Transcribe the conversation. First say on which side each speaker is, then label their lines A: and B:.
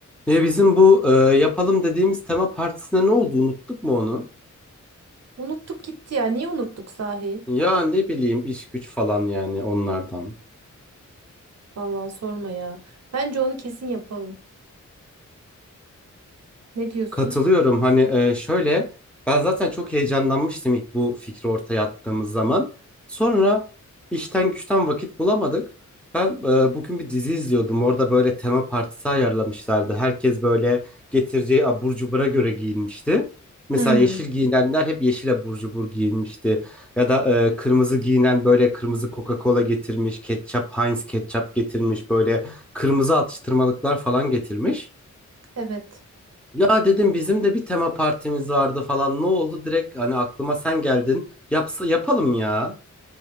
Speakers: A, in the centre; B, on the right.
A: Ya bizim bu e, yapalım dediğimiz tema partisine ne oldu? Unuttuk mu onu?
B: Unuttuk gitti ya. Niye unuttuk sahi?
A: Ya ne bileyim iş güç falan yani onlardan.
B: Vallahi sorma ya. Bence onu kesin yapalım. Ne diyorsun?
A: Katılıyorum. Hani e, şöyle ben zaten çok heyecanlanmıştım ilk bu fikri ortaya attığımız zaman. Sonra işten güçten vakit bulamadık. Ben e, bugün bir dizi izliyordum. Orada böyle tema partisi ayarlamışlardı. Herkes böyle getireceği abur cubura göre giyinmişti. Mesela
B: Hmm,
A: yeşil giyinenler hep yeşil abur cubur giyinmişti. Ya da e, kırmızı giyinen böyle kırmızı Coca-Cola getirmiş, ketçap, Heinz ketçap getirmiş, böyle kırmızı atıştırmalıklar falan getirmiş.
B: evet.
A: Ya dedim bizim de bir tema partimiz vardı falan ne oldu direkt hani aklıma sen geldin yapsa yapalım ya